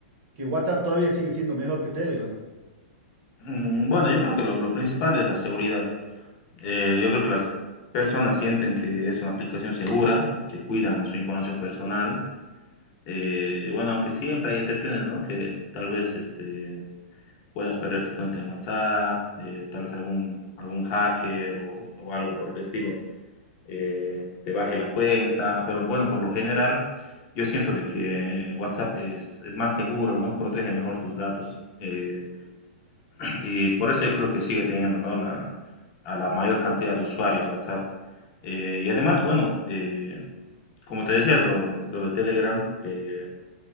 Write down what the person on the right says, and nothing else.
que WhatsApp todavía sigue siendo mejor que Telegram.